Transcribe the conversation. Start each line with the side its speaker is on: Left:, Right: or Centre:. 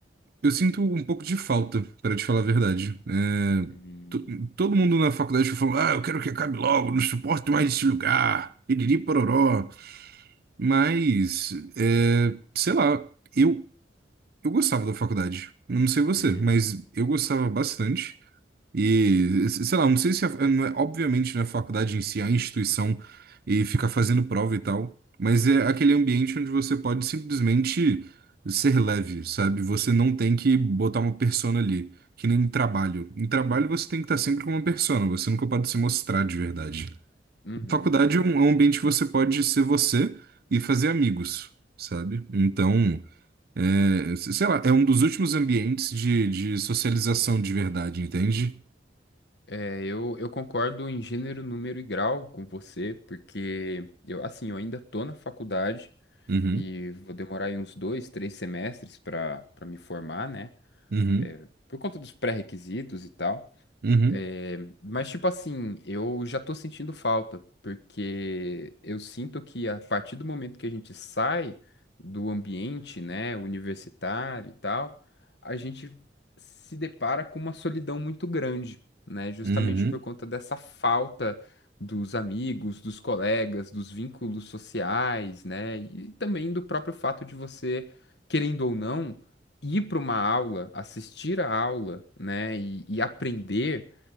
Right: Eu sinto um pouco de falta, pra te falar a verdade. É,
Left: uhum,
Right: to- Todo mundo na faculdade falou: ah, eu quero que acabe logo, não suporto mais esse lugar. Iriri pororó. Mas, é, sei lá, eu, eu gostava da faculdade. Eu Não sei você,
Left: uhum.
Right: mas eu gostava bastante. E, sei lá, não sei se, a- não é- obviamente, não é a faculdade em si, é a instituição, e ficar fazendo prova e tal, mas é aquele ambiente onde você pode simplesmente ser leve, sabe? Você não tem que botar uma persona ali, que nem em trabalho. Em trabalho você tem que estar sempre com uma persona, você nunca pode se mostrar de verdade.
Left: Uhum.
Right: Faculdade é um, é um ambiente que você pode ser você e fazer amigos, sabe? Então, é, sei lá, é um dos últimos ambientes de, de socialização de verdade, entende?
Left: É, eu, eu concordo em gênero, número e grau com você, porque eu, assim, eu ainda tô na faculdade
Right: Uhum.
Left: e vou demorar aí uns dois, três semestres para para me formar, né?
Right: Uhum,
Left: É, por conta dos pré-requisitos e tal.
Right: uhum,
Left: É, mas, tipo assim, eu já tô sentindo falta, porque eu sinto que a partir do momento que a gente sai do ambiente, né, universitário e tal, a gente se depara com uma solidão muito grande, né, justamente
Right: uhum.
Left: por conta dessa falta dos amigos, dos colegas, dos vínculos sociais, né, e também do próprio fato de você, querendo ou não, ir para uma aula, assistir a aula, né, e e aprender